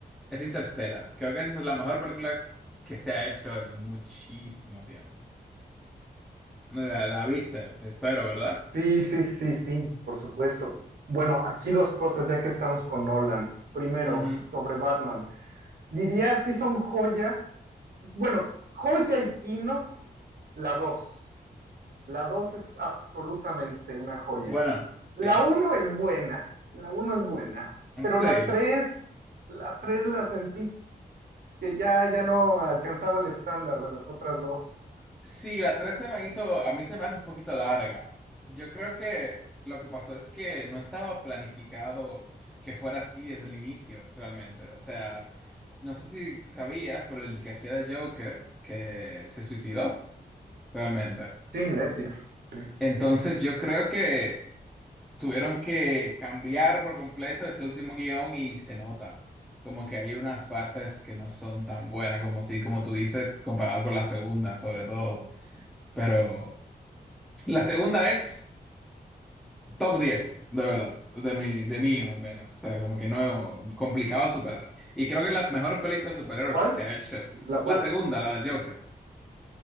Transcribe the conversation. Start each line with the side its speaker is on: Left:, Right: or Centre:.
Centre: es Interstellar. Creo que esa es la mejor película que se ha hecho en muchísimo tiempo. La, la viste, espero, ¿verdad?
Right: Sí, sí, sí, sí, por supuesto. Bueno, aquí dos cosas ya que estamos con Nolan. Primero,
Centre: Ujú.
Right: sobre Batman. Diría si son joyas. Bueno, joya y Kino, la dos. La dos es absolutamente una joya.
Centre: Bueno,
Right: La
Centre: es...
Right: uno es buena, la uno es buena, pero
Centre: Sí.
Right: la tres, la tres la sentí que ya, ya no alcanzaba el estándar de las otras dos.
Centre: Sí, la 13 me hizo, a mí se me hace un poquito larga. Yo creo que lo que pasó es que no estaba planificado que fuera así desde el inicio, realmente. O sea, no sé si sabías, pero el que hacía de Joker, que se suicidó, realmente.
Right: Sí, Ledger. sí.
Centre: Entonces yo creo que tuvieron que cambiar por completo ese último guión y se nota. Como que hay unas partes que no son tan buenas como si, como tú dices, comparado con la segunda, sobre todo. Pero... La segunda es top 10 de verdad. De mi, de mío, al menos. O sea, como que no, complicado superar. Y creo que es la mejor película de superhéroes
Right: ¿Cuál?
Centre: que se ha hecho.
Right: La puede...
Centre: La segunda, la del Joker.